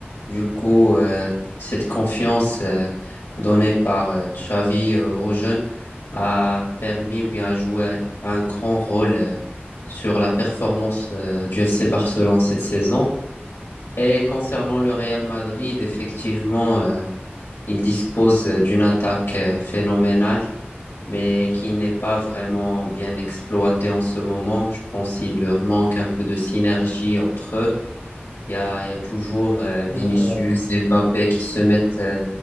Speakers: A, on the left (about 80°); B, on the right (about 85°).
A: Du coup, euh, cette confiance euh, donnée par euh, Xavi euh, aux jeunes a permis ou bien a joué un grand rôle euh, sur la performance euh, du FC Barcelone cette saison. Et concernant le Real Madrid, effectivement, euh, il dispose euh, d'une attaque euh, phénoménale, mais qui n'est pas vraiment bien exploitée en ce moment. Je pense qu'il leur manque un peu de synergie entre eux. Il y a, il y a toujours euh,
B: oui,
A: Vinicius
B: c'est vrai.
A: et Mbappé qui se mettent euh,